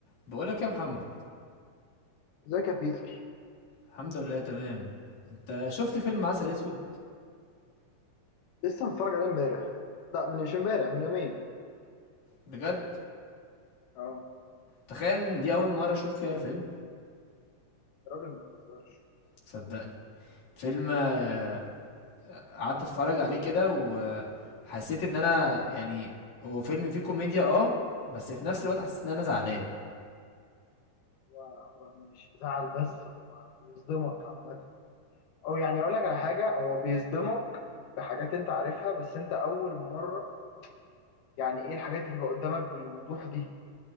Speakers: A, on the left; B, on the left.
A: بقولك يا محمد
B: ازيك يا بيتر
A: الحمد لله تمام انت شفت فيلم عسل اسود
B: لسه متفرج عليه امبارح لا من مش امبارح من يومين
A: بجد
B: اه
A: تخيل ان دي اول مره اشوف فيها الفيلم
B: الراجل ما تهزرش
A: صدقني فيلم آه، قعدت اتفرج عليه كده وحسيت ان انا يعني هو فيلم فيه كوميديا اه بس في نفس الوقت حسيت ان انا زعلان
B: هو هو مش زعل بس هو بيصدمك عامة او يعني اقول لك على حاجة هو بيصدمك بحاجات انت عارفها بس انت اول مرة يعني ايه الحاجات دي تبقى قدامك بالوضوح دي